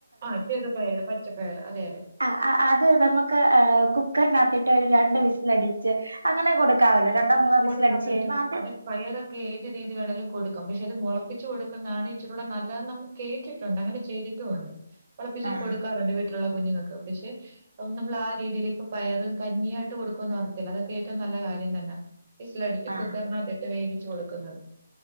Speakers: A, on the right; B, on the right.
A: ആഹ് ചെറുപയറ്, പച്ചപ്പയറ് അതെ അതെ.
B: ആഹ് അഹ് അത് നമ്മക്ക് ഏഹ് കുക്കർനാകത്തിട്ട് ഒര് രണ്ട് വിസ് ലടിച്ച് അങ്ങനെ കൊടുക്കാവല്ലൊ. രണ്ടോ, മൂന്നോ
A: കൊടുക്കാൻ
B: വിസ്. ലടിച്ച്
A: പറ്റും
B: കഴിയുമ്പം അത്
A: പയറൊക്കെ ഏത് രീതി വേണേലും കൊടുക്കാം. പക്ഷെ അത് മൊളപ്പിച്ച് കൊടുക്കുന്നാണ് ഇച്ചിരി കൂടെ നല്ലതെന്നം കേട്ടി... ട്ടുണ്ട്. അങ്ങനെ ചെയ്തിട്ടു ഉണ്ട്. മൊളപ്പി ച്ചിരി
B: ആഹ്
A: കൊടുക്കാറുണ്ട് വീട്ട്ലുള്ള കുഞ്ഞുങ്ങക്ക്. പക്ഷെ മ് നമ്മളാ രീതിയിലേ.... പയറും, കഞ്ഞിയായിട്ട് കൊടുക്കൂന്ന് പർഞ്ഞിട്ടില്ല. അതൊക്കെ ഏറ്റവും നല്ല കാര്യ തന്നെ വിസ്‌ലടി
B: ആഹ്
A: കുക്കർനകത്ത്... ട്ട് വേവിച്ച് കൊടുക്കുന്നത്.